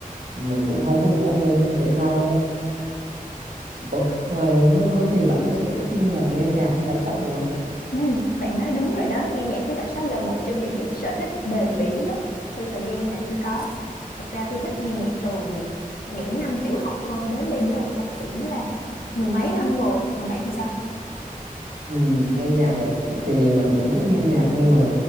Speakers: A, on the right; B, on the left.
A: mình cũng không có bỏ môn thể thao Ủa, ngoài mới thì bạn có sở thích như là nghe nhạc hay đọc sách gì không
B: Ừ, bạn nói đúng rồi đó, nghe nhạc với đọc sách là một trong những sở thích bền bỉ nhất theo thời gian mà tôi có. Thật ra tôi thích nghe nhạc từ những năm tiểu học cơ đến bây giờ chắc cũng là mười mấy năm rồi. Còn bạn thì sao?
A: Ừ, nghe nhạc là thì mình cũng thích nghe nhạc nhưng mà